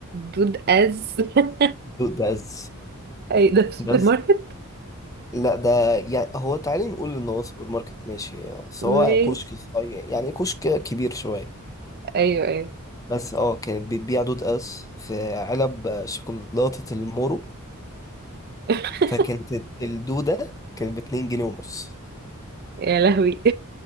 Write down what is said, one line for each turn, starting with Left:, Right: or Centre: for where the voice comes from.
Right: دود از <laughs>
Left: دود از
Right: اي ده في السوبر
Left: بس
Right: ماركت
Left: لا ده يعني هو تعالي نقول ان هو سوبر ماركت ماشي بس
Right: ماشي
Left: هو كشك صغير يعني كشك كبير شويه
Right: ايوه ايوه
Left: بس اه كانت بتبيع دود از في علب آه، شوكولاته المورو
Right: <laughs>
Left: فكانت الدوده كانت ب 2 جنيه ونص
Right: يا لهوي